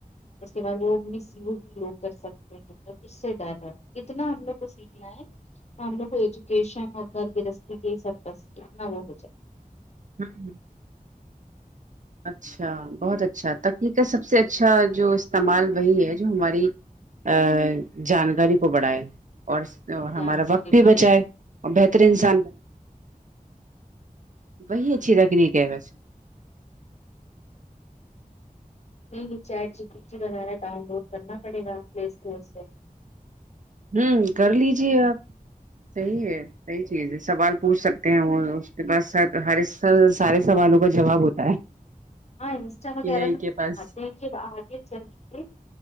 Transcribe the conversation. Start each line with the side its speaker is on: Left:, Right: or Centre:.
Left: اس کے بعد وہ میسیوس بھی لوگ کر سکتے ہیں تو اس سے ڈر ہے اتنا ہم لوگ کو سیکھنا ہے ہم ہم ایجوکیشن اور گھر گرستی کی سب وہ ہوجایے
Right: ہوں ہوں اچھا بہت اچھا تکنیک کا سب سے اچھا جو استعمال وہی ہے جو ہماری آ جانکاری کو بڑھائے اور اور ہمارا
Left: جانکاری
Right: وقت بھی
Left: پہ
Right: بچائے اور بہتر
Left: بڑھ
Right: انسان وہی اچھی رکھنی کہ ہے بس
Left: نہیں نہیں چیٹ جیپیٹی وغیرہ ڈاؤن لوڈ کرنا پڑے گا پلے اسٹور سے
Right: امم کر لیجیے آپ صحیح ہے صحیح چیز ہے سوال پوچھ سکتے ہیں وہ اس کے پاس سر ہر ایک سارے سوالوں کا جواب ہوتا ہے
Left: ہاں انسٹا وغیرہ
Right: اے آئی
Left: بھی
Right: کے پاس
Left: آپ دیکھیے آگے چلے